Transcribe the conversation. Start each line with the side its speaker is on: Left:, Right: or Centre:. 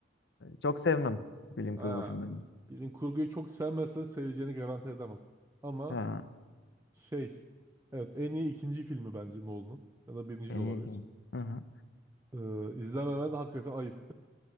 Left: Çok sevmem bilim
Right: Ha.
Left: kurgu filmlerini.
Right: Bilim kurguyu çok sevmezsen seveceğini garanti edemem. Ama
Left: Ha,
Right: Şey, evet en iyi ikinci filmi bence Nolan'ın. Ya da birinci
Left: en
Right: de olabilir.
Left: iyi film. Hı hı.
Right: Ee, izlememen hakikaten ayıp.